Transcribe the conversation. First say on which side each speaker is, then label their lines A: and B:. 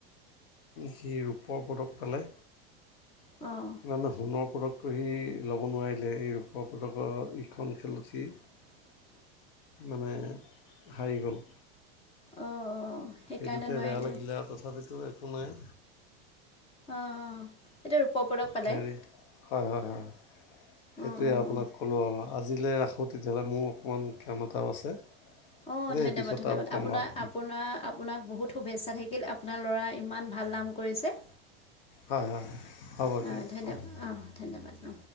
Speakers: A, on the left; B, on the left.
A: সি ৰূপৰ পদক পালে।
B: অঁ।
A: তাৰমানে সোণৰ পদকটো সি ল'ব নোৱাৰিলে এই ৰূপৰ পদকৰ ইখন খেলত সি
B: <inaudible>
A: মানে হাৰি গ'ল
B: অঁ সেইকাৰণে
A: সেইটোতে
B: নোৱাৰিলে
A: বেয়া লাগিলে আৰু তথাপিতো তো নাই।
B: অঁ অঁ, এতিয়া ৰূপৰ পদক পালে
A: হেৰী হয় হয় হয়, সেইটোৱে
B: অঁ অঁ
A: আপোনাক কলো আৰু। আজিলৈ ৰাখোঁ তেতিয়া হ'লে মোৰ অকণমান কাম এটাও আছে।
B: অ
A: দেই
B: ধন্যবাদ,
A: পিছত
B: ধন্যবাদ
A: আৰু ক'ম
B: আপোনা,
A: বাৰু
B: আপোনাৰ আপোনাক বহুত শুভেচ্ছা থাকিল আপোনাৰ ল'ৰা ইমান ভাল নাম কৰিছে।
A: হয় হয় হ'ব
B: আহ
A: দিয়ক
B: ধন্যবাদ, আহ ধন্যবাদ অ।